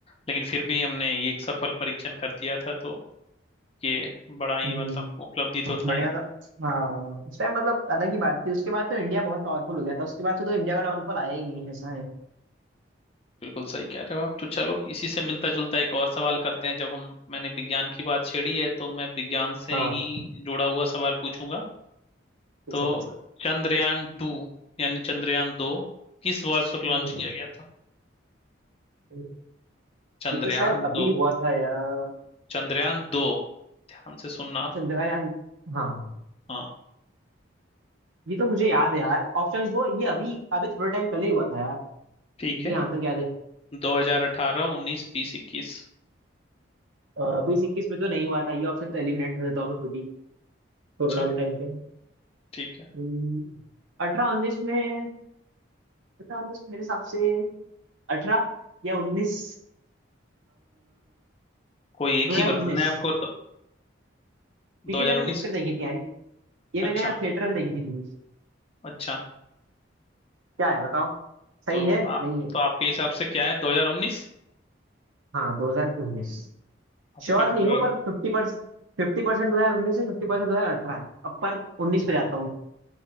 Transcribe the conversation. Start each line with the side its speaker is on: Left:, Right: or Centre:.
Left: लेकिन फिर भी हमने ये एक सफल परीक्षण कर दिया था तो ये बड़ा ही
Right: हम्म,
Left: मतलब उपलब्धि तो था
Right: बड़े
Left: ही
Right: मतलब हाँ उस टाइम मतलब अलग ही बात थी उसके बाद तो इंडिया बहुत पावरफुल हो गया था उसके बाद से तो इंडिया का डाउनफॉल आया ही नहीं है, ऐसा है
Left: बिल्कुल सही कह रहे हो आप तो चलो इसी से मिलता जुलता एक और सवाल करते हैं जब हम मैंने विज्ञान की बात छेड़ी है तो मैं विज्ञान से
Right: हाँ
Left: ही जुड़ा हुआ सवाल पूछूंगा
Right: पूछो
Left: तो चंद्रयान टू यानी चंद्रयान दो किस वर्ष लॉन्च
Right: हम्म,
Left: किया गया था
Right: हम्म।
Left: चंद्रयान
Right: ये तो शायद अभी
Left: दो
Right: हुआ था यार
Left: चंद्रयान दो ध्यान से सुनना आप
Right: चंद्रयान हाँ
Left: हाँ
Right: ये तो मुझे याद है यार ऑप्शंस दो ये अभी अभी थोड़े टाइम पहले ही हुआ था यार मुझे
Left: ठीक है
Right: यहाँ तक याद है
Left: दो हजार अठारह उन्नीस बीस इक्कीस
Right: अ, बीस इक्कीस में तो नहीं हुआ था ये ऑप्शन तो एलिमिनेट कर देता हूँ मैं खुद ही कोरोना
Left: अच्छा
Right: के टाइम पे
Left: ठीक है
Right: हम्म, अठारह उन्नीस में अठारह उन्नीस मेरे हिसाब से अठारह या उन्नीस
Left: कोई एक
Right: दो हजार
Left: ही बताना
Right: उन्नीस
Left: है आपको तो
Right: क्योंकि
Left: दो हजार
Right: मैंने
Left: उन्नीस
Right: पिक्चर देखी थी यार ये
Left: अच्छा
Right: मैंने थिएटर में देखी थी मूवी
Left: अच्छा
Right: क्या है बताओ सही
Left: तो
Right: है
Left: आप
Right: नहीं है
Left: तो आपके हिसाब से क्या है दो हजार उन्नीस
Right: हाँ दो हजार उन्नीस
Left: आपका
Right: श्योर नहीं
Left: जवाब
Right: हूँ पर फिफ्टी परसेंट फिफ्टी परसेंट दो हजार उन्नीस से फिफ्टी परसेंट दो हजार अठारह है अब पर उन्नीस पे जाता हूँ मैं।